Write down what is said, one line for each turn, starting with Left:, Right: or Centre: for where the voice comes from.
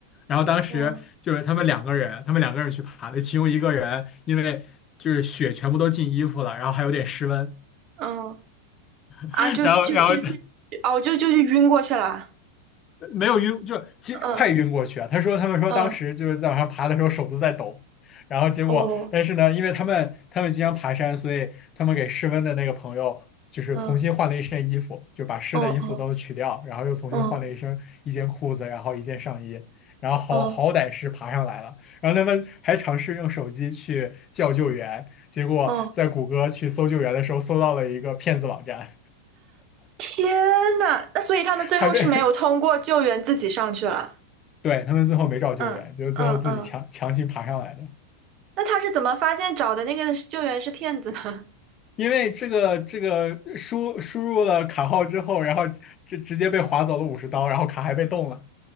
Left: 然后当时就是他们两个人，
Right: 嗯
Left: 他们两个人去爬的，其中一个人因为就是雪全部都进衣服了，然后还有点失温，
Right: 嗯
Left: <laughs>
Right: 啊，就就就就，
Left: 然后然后
Right: 哦，就就是晕过去了。
Left: 没有晕，就接快晕过去啊！
Right: 嗯
Left: 他说，他们说当时就是在往上爬的时候手都在抖，
Right: 嗯，
Left: 然后结果，
Right: 哦，
Left: 但是呢，因为他们他们经常爬山，所以他们给失温的那个朋友就是重新换了一身衣服，
Right: 嗯
Left: 就把湿的衣服都取掉，
Right: 哦哦
Left: 然后又重新换了一身一件裤子，
Right: 哦
Left: 然后一件上衣，然后好好歹是爬上来了。
Right: 哦
Left: 然后他们还尝试用手机去叫救援，结果在谷歌去搜救援的时候搜到了一个骗子网站，
Right: 哦，天呐，那所以他们最后是没有通过救援，
Left: 还被 <laughs>
Right: 自己上去了。
Left: 对，他们最后没找救援，
Right: 嗯嗯嗯，
Left: 就是最后自己强强行爬上来的。
Right: 那他是怎么发现找的那个救援是骗子呢？<laughs>
Left: 因为这个这个输输入了卡号之后，然后直直接被划走了五十刀，然后卡还被冻了。